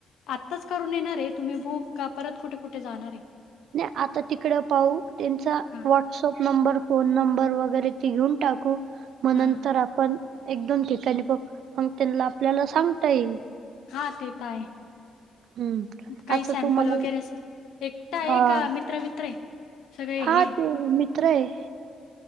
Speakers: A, on the left; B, on the right.
A: आत्ताच करून येणार आहे तुम्ही बुक का परत कुठे कुठे जाणार आहे.
B: नाही आता तिकडे पाहू त्यांचा
A: हां,
B: व्हॉट्सअप नंबर फोन नंबर वगैरे ते घेऊन टाकू मग
A: हां,
B: नंतर
A: हां.
B: आपण एक दोन ठिकाणी प मग त्यांना आपल्याला सांगता येईल.
A: हा ते तर आहे.
B: हम्म.
A: काही
B: आता
A: सॅम्पल
B: तुम्हाला
A: वगैरे अस एकटा आहे
B: हा
A: का मित्रवित्र सगळे
B: हा
A: हे
B: ते मित्र हाय.